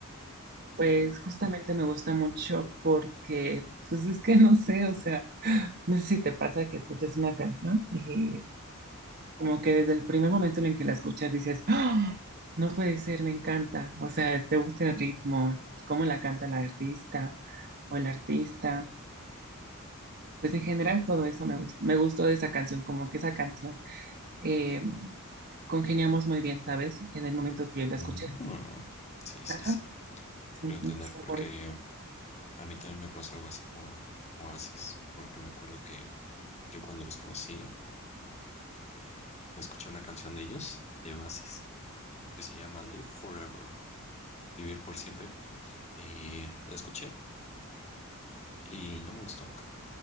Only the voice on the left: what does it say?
Mm,
Sí, sí,
sí.
Quiero entender porque
a mí también me pasó algo así con Oasis, porque me acuerdo que yo cuando los conocí, eh, escuché una canción de ellos, de Oasis, que se llama Live Forever, Vivir por siempre, y la escuché y no me gustó.